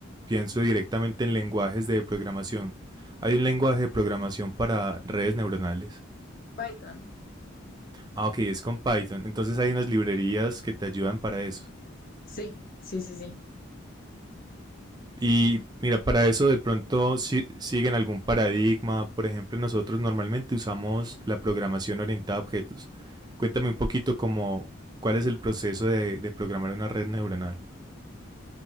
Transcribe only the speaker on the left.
Python.
Sí, sí, sí, sí.